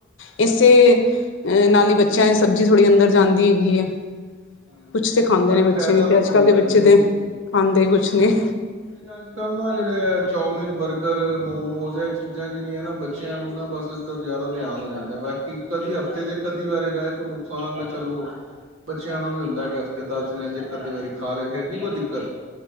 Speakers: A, on the left (about 65°); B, on the right (about 85°).
A: ਇਸੇ ਅਹ ਨਾਲ਼ ਹੀ ਬੱਚਿਆਂ ਸਬਜ਼ੀ ਥੋੜ੍ਹੀ ਅੰਦਰ ਜਾਂਦੀ ਹੈਗੀ ਏ।
B: ਹਮ
A: ਕੁੱਛ ਤੇ ਖਾਂਦੇ
B: ਨਾਲੇ
A: ਨੇ ਬੱਚੇ
B: ਫਾਇਦਾ
A: ਨੀ ਤੇ
B: ਮਿਲਦਾ
A: ਅੱਜ-ਕੱਲ ਦੇ ਬੱਚੇ
B: ਨਹੀਂ
A: ਤੇ
B: ਨਹੀਂ
A: ਖਾਂਦੇ
B: ਠੀਕ
A: ਕੁਛ ਨਹੀਂ।
B: ਨਹੀਂ ਅੱਜ-ਕੱਲ੍ਹ ਨਾ ਜਿਹੜੇ ਆ ਚੌਮਿਨ, ਬਰਗਰ, ਮੋਮੋਸ ਇਹ ਚੀਜ਼ਾਂ ਜਿਹੜੀਆਂ ਨਾ ਬੱਚਿਆਂ ਨੂੰ ਨਾ ਬਸ ਇੱਧਰ ਜ਼ਿਆਦਾ ਧਿਆਨ ਹੋ ਜਾਂਦਾ ਵਾ। ਕਿ ਕਦੀ ਹਫ਼ਤੇ 'ਚ ਇੱਕ-ਅੱਧੀ ਵਾਰੀ ਖਕੋਈ ਨੁਕਸਾਨ ਬਈ ਚਲੋ
A: <unintelligible>
B: ਬੱਚਿਆਂ ਨੂੰ ਵੀ ਹੁੰਦਾ ਵੀ ਹਫ਼ਤੇ ਦਸ ਦਿਨਾਂ ਚ ਇੱਕ-ਅੱਧੀ ਵਾਰੀ ਖਾ ਲਏ ਫੇ਼ਰ ਨੀ ਕੋਈ ਦਿੱਕਤ